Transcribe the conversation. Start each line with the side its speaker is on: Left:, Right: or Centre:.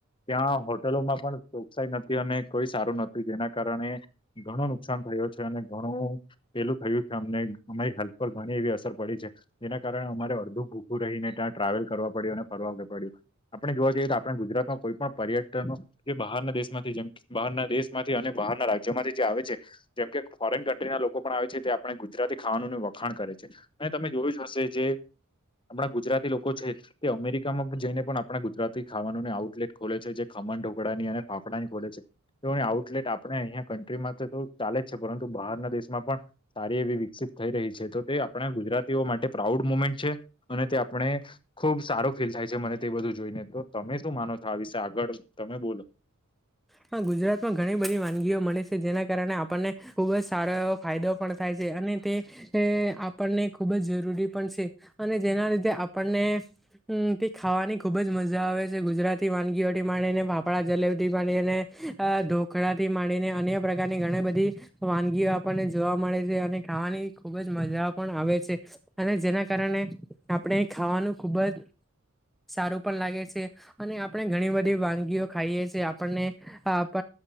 Left: ત્યાં હોટલોમાં પણ ચોકસાઈ નથી અને કોઈ સારું નતું કારણે ઘણું નુકસાન થયો છે અને ઘણું પેલું થયું છે અમને અમારી હેલ્પર ઘણી એવી અસર પડી છે એના કારણે અમારે અડધું ભૂખું રહીને ત્યાં ટ્રાવેલ કરવા પડ્યું અને ફરવા પડ્યું આપણે જોવા જઈએ તો આપણા ગુજરાતમાં કોઈ પણ પર્યટનો જે બહારના દેશ માંથી જેમ બહારના દેશ માંથી અને બહારના રાજ્યોમાંથી જે આવે છે જેમ કે ફોરેન કન્ટ્રી ના લોકો પણ આવે છે તે આપણે ગુજરાતી ખાવાનું વખાણ કરે છે અને તમે જોયું જ હશે જે
Centre: <unintelligible>
Left: આપણા ગુજરાતી લોકો છે, તે અમેરિકામાં જઈને પણ. આપણા ગુજરાતી ખાવાનુંની આઉટલેટ ખોલે છે, જે ખમણ, ઢોકળાની અને ફાફડાની ખોલે છે તેની આઉટલેટ આપણે અહીંયા કન્ટ્રીમાં તો ચાલે જ છે પરંતુ બહારના દેશમાં પણ સારી એવી વિકસિત થઈ રહી છે તો તે આપણા ગુજરાતીઓ માટે પ્રાઉડ મુમેન્ટ છે અને તે આપણે ખુબ સારો ફીલ થાય છે મને તે બધું જોઈને તો તમે શું માનો છો આ વિશે આગળ તમે બોલો
Centre: હા ગુજરાતમાં ઘણી બધી વાનગીઓ મળે છે જેના કારણે આપણને ખુબ જ સારો એવો ફાયદો ળ થાય છે અને તે આપણને ખૂબ જ જરૂરી પણ છે અને જેના લીધે આપણને તે ખાવાની ખુબ જ મજા આવે છે ગુજરાતી વાનગીઓને ફાફળ જલે ોખળથી માંડીને અન્ય પ્રકારની ઘણી બધી વાનગીઓ આપણને જોવા મળે છે અને ખાવાની ખુબ જ મજા પણ આવે છે અને જેના કારણે આપણે ખાવાનું ખુબ જ સારું પણ લાગે છે અને આપણે ઘણી બધી વાનગીઓ ખાઈએ છીએ આપણને આપ